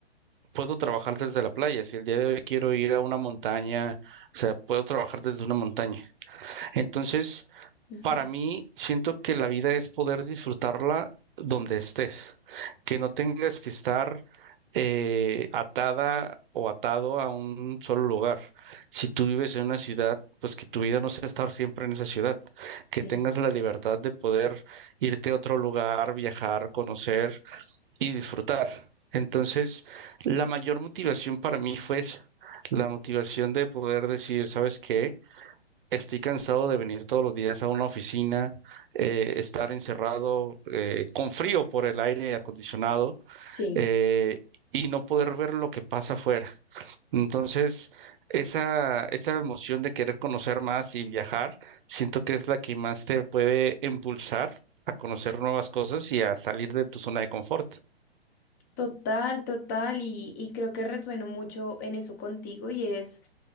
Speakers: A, on the right; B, on the left.
A: puedo trabajar desde la playa. Si el día de hoy quiero ir a una montaña, o sea, puedo trabajar desde una montaña. Entonces,
B: Ujú,
A: para mí, siento que la vida es poder disfrutarla donde estés, que no tengas que estar eh, atada o atado a un solo lugar. Si tú vives en una ciudad, pues que tu vida no sea estar siempre en esa ciudad, que
B: Sí,
A: tengas la libertad de poder irte a otro lugar, viajar, conocer y disfrutar. Entonces, la mayor motivación para mí fue esa, la motivación de poder decir, ¿sabes qué? Estoy cansado de venir todos los días a una oficina, eh, estar encerrado eh, con frío por el aire acondicionado
B: sí.
A: eh, y no poder ver lo que pasa afuera. Entonces, esa, esa emoción de querer conocer más y viajar, siento que es la que más te puede impulsar a conocer nuevas cosas y a salir de tu zona de confort.
B: Total, total, y, y creo que resueno mucho en eso contigo y es,